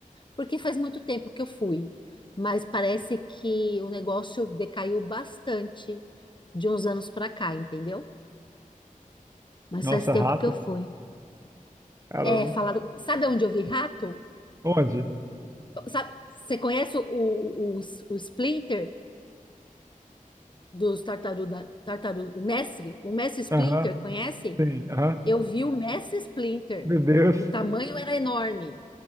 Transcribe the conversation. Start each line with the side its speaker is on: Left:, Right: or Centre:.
Left: porque faz muito tempo que eu fui, mas parece que o negócio decaiu bastante de uns anos para cá, entendeu? Mas
Right: Nossa,
Left: faz tempo
Right: rato,
Left: que eu fui.
Right: caramba.
Left: É, falaram, sabe onde eu vi rato?
Right: Onde?
Left: Sabe, você conhece o, o, o Splinter dos Tartaruga, Tartaruga, o mestre? O mestre Splinter,
Right: Aham,
Left: conhece?
Right: sim, aham.
Left: Eu vi o mestre Splinter.
Right: Meu Deus.
Left: O tamanho era enorme,